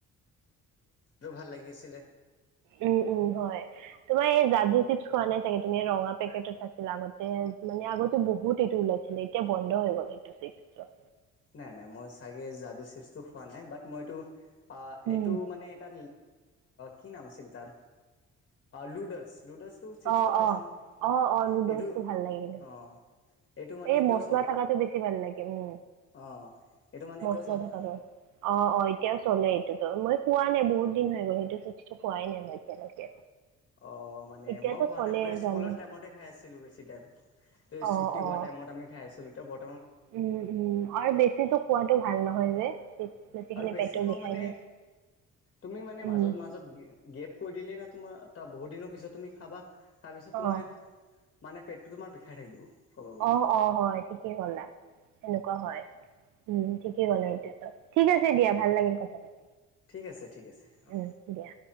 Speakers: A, on the left; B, on the right.
A: ক ভাল লাগি আছিলে
B: উম উম হয়। তোমাৰ এই যাদু চিপছ খোৱা নাই চাগে তুমি ৰঙা পেকেটত আছিলা আগতে মানে আগতেো বহুত এইটোওল এতিয়া বন্ধ হৈ গ'ল স।
A: নাই নাই মই চাগে যাদু চিপছটো খোৱা নাই বাট মইতটো অ
B: উম
A: এইটো মানে এটা কি নাম আছিল তাৰ লু'ডেলছ। লুডেলছটো চিপছটো
B: অ
A: খাইছে
B: অ
A: নহ
B: অ অ নুডলছটো
A: এইটো
B: ভাল লাগে কিন্তু
A: অ এইটো মানে
B: এই
A: এতিয়াও
B: মচলা
A: চলে
B: থাকাটো বেছি ভাল লাগে উম
A: অ এইটো মানে
B: মচলা
A: এতিয়াও চলে
B: থকা বাৰ অ অ এতিয়াও চলে। মই খোৱা নাই বহুত দিন হৈ গ'ল সেইটো চিফচটো খোৱাই নাই মই এতিয়ালৈকে।
A: অ মানে
B: এতিয়াতো
A: মই খোৱা
B: চলে
A: নাই মই
B: জানো
A: স্কুলত টাইমতে খাই আছিলো বেছি টাইম
B: অ',
A: ছুটি
B: অ'।
A: হোৱা টাইত আম খাই আছিলো বৰ
B: উম উম আৰু বেছিত খোৱাতটো ভাল নহয় যে খালে
A: আৰু বেছি
B: পেটটো
A: খোৱা
B: বিষাই
A: মানে
B: যে।
A: তুমি মানে
B: উম,
A: মাজত মাজত গেপ কৰি দিলে ন তোমাৰ বহুত দিনৰ পিছত তুমি খাবা খাৰ পিছত
B: অ',
A: তুমাৰ মানে পেটটো তোমাৰ বিষাই থাকিব। ক'ব গ'লে
B: অ অ হয় ঠিকেই ক'লা সেনেকুৱা হয়। উম ঠিকেই গ'লা এতিয়াতো ঠিক আছে দিয়া ভাল লাগিল কথা পাতি।
A: ঠিক আছে ঠিক আছে অঁ।
B: উম, দিয়া।